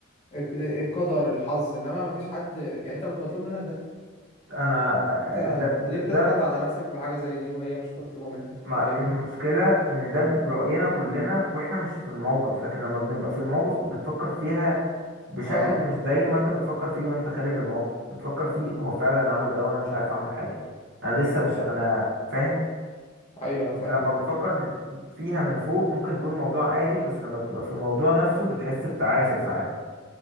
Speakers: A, on the left (about 30°); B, on the right (about 60°).
A: الق- القدر الحظ انما ما فيش حد يعني انت مش مطلوب منك ده
B: انا
A: انت
B: ده,
A: ليه
B: ده,
A: بتضغط
B: ده
A: على نفسك بحاجة زي دي وهي مش مطلوبة منك
B: ما
A: فاهمني
B: المشكله ان ده براينا كلنا واحنا مش في الموقف لكن لما بنبقى في الموقف بتفكر فيها بشكل
A: اه
B: مش زي ما انت بتفكر فيه وانت خارج الموقف بتفكر فيه هو فعلا عمل ده وانا مش عارف اعمل حاجه انا لسه مش انا فاهم
A: ايوه انا فاهم
B: لما
A: قصدك.
B: بتفكر فيها من فوق ممكن تقول موضوع عادي بس لما بتبقى في الموضوع نفسه بتحس بتعاسه ساعتها